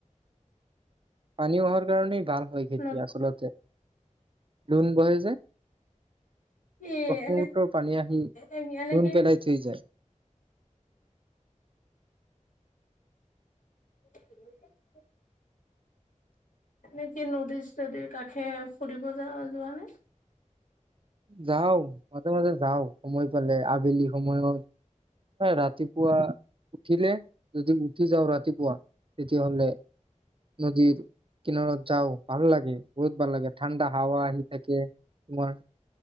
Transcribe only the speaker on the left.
নদ
এ
এনে
এ এনেক
ই এনে কি নদীৰ নদীৰ কাষে ফুৰিব যা যোৱা নে